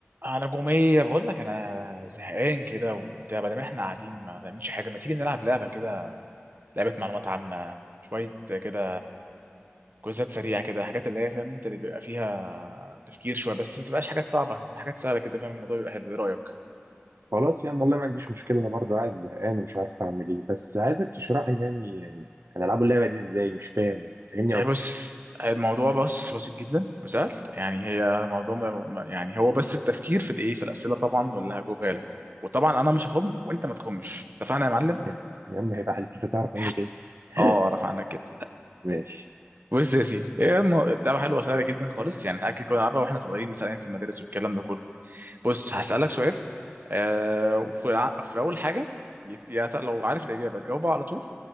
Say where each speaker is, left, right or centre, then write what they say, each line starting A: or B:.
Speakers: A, on the right (about 50°); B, on the right (about 75°).
A: انا جوميه بقول لك انا زهقان كده وبتاع بدل ما احنا قاعدين ما بنعملش حاجه ما تيجي نلعب لعبه كده لعبه معلومات عامه شويه كده كويزات سريعه كده حاجات اللي هي فاهم انت اللي بيبقى فيها تفكير شويه بس ما تبقاش حاجات صعبه حاجات سهله كده فاهم الموضوع بيبقى حلو ايه رايك
B: خلاص يعني والله ما عنديش مشكلة أنا برضه قاعد زهقان ومش عارف أعمل إيه بس عايزك تشرح لي يعني يعني هنلعبوا اللعبة دي إزاي مش فاهم يعني فاهمني
A: إيه
B: أكتر
A: بص الموضوع بس بسيط جدا وسهل يعني هي الموضوع ما- ما- يعني هو بس التفكير في الايه في الاسئله طبعا واللي هجاوبها لك وطبعا انا مش هخم وانت ما تخمش اتفقنا يا معلم
B: يعني يا عم هيبقى عليك أنت تعرف
A: <laughs>
B: عني كده <laughs>
A: اه اعرف عنك كده
B: ماشي
A: بص يا سيدي هي م- لعبه حلوه سهله جدا خالص يعني احنا اكيد كنا بنلعبها واحنا صغيرين مثلا في المدارس والكلام ده كله بص هسالك سؤال آه وفي الع- في اول حاجه يت- يا ت- لو عارف الاجابه تجاوبها على طول